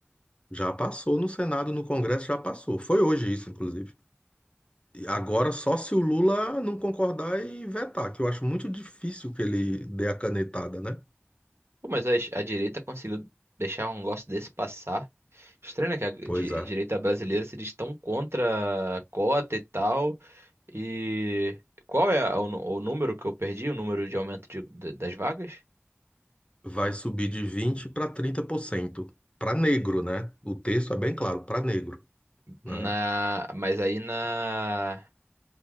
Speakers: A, on the left; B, on the right.
A: Já passou no Senado, no Congresso já passou. Foi hoje isso, inclusive. Agora, só se o Lula não concordar e vetar, que eu acho muito difícil que ele dê a canetada, né?
B: Pô, mas a, a direita conseguiu deixar um negócio desse passar. Estranho, né? Que a di-
A: Pois é.
B: direita brasileira se diz tão contra a cota e tal. E qual é a- o, nu- o número que eu perdi? O número de aumento de- de- das vagas?
A: Vai subir de 20 para trinta por cento Para negro, né? O texto é bem claro, para negro, né?
B: Na, mas aí na,